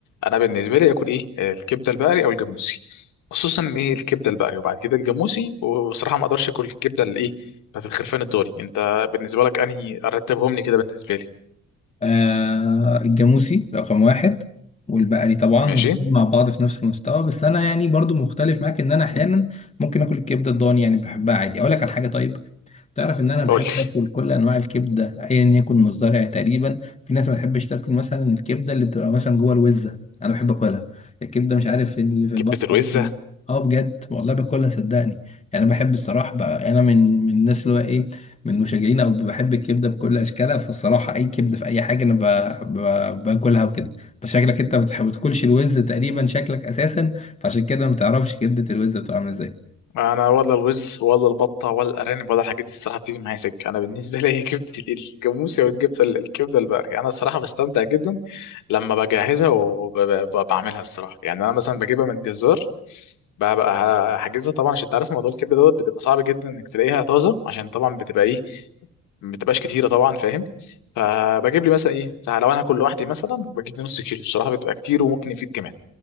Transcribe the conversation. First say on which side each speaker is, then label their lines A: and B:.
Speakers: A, on the left; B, on the left.
A: أنا بالنسبة لي أكل إيه الكبدة البقري أو الجاموسي خصوصا إن إيه الكبدة البقري وبعد كده الجاموسي وصراحة ما أقدرش أكل الكبدة اللي إيه بتاعت الخرفان الضاني أنت بالنسبة لك أنهي رتبهم لي كده بالنسبة لي
B: آه الجاموسي رقم واحد والبقري طبعا
A: ماشي
B: والاتنين مع بعض في نفس المستوى بس انا يعني برضو مختلف معاك ان انا احيانا ممكن اكل الكبده الضاني يعني بحبها عادي اقول لك على حاجه طيب تعرف ان انا بحب
A: قول لي
B: اكل كل انواع الكبده ايا يكن مصدرها تقريبا في ناس ما بتحبش تاكل مثلا الكبده اللي بتبقى مثلا جوه الوزه انا بحب اكلها الكبده مش عارف إيه اللي في البطن
A: كبدة الوزة
B: اه بجد والله باكلها صدقني يعني انا بحب الصراحه بقى انا من من الناس اللي هو ايه من مشجعين او بحب الكبده بكل اشكالها فالصراحه اي كبده في اي حاجه انا ب... ب... باكلها وكده بس شكلك انت ما بتح- بتاكلش الوز تقريبا شكلك اساسا فعشان كده ما بتعرفش كبده الوز بتبقى عامله ازاي
A: انا ولا الوز ولا البطه ولا الارانب ولا الحاجات دي الصراحه بتيجي معايا سكه انا بالنسبه لي هي كبده ال- الجاموسه والكبده ال- الكبده البقري انا الصراحه بستمتع جدا لما بجهزها وبعملها الصراحه يعني انا مثلا بجيبها من الجزار بقى بقى حاجزها طبعا عشان تعرف موضوع الكبده دوت بتبقى صعب جدا انك تلاقيها طازه عشان طبعا بتبقى ايه ما بتبقاش كتيره طبعا فاهم فبجيب لي مثلا ايه لو انا هاكل لوحدي مثلا بجيب لي نص كيلو الصراحه بتبقى كتير وممكن يفيد كمان